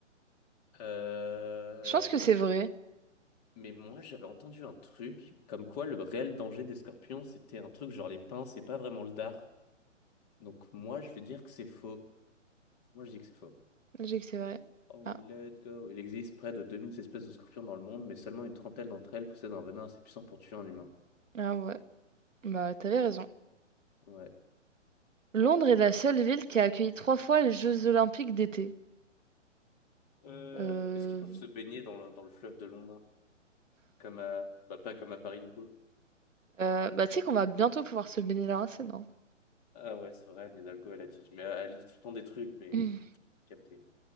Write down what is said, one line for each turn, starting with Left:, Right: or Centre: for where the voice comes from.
Left: Euh,
Right: Je pense que c'est vrai.
Left: Mais moi, j'avais entendu un truc comme quoi le réel danger des scorpions, c'était un truc genre les pinces, c'est pas vraiment le dard. Donc moi, je vais dire que c'est faux. Moi, je dis que c'est faux.
Right: Je dis que c'est vrai.
Left: Oh,
Right: Ah,
Left: let's go. Il existe près de 2000 espèces de scorpions dans le monde, mais seulement une trentaine d'entre elles possèdent un venin assez puissant pour tuer un humain.
Right: ah ouais. Bah, t'avais raison.
Left: Ouais.
Right: Londres est la seule ville qui a accueilli trois fois les Jeux Olympiques d'été.
Left: Euh,
Right: Euh...
Left: est-ce qu'ils peuvent se baigner dans le, dans le fleuve de Londres? Comme à, bah, pas comme à Paris, du coup.
Right: euh, bah, tu sais qu'on va bientôt pouvoir se baigner là, hein, c'est non?
Left: Ah ouais, c'est vrai, Anne Hidalgo, elle a dit. Mais elle dit tout le temps des trucs, mais
Right: Mm.
Left: capté.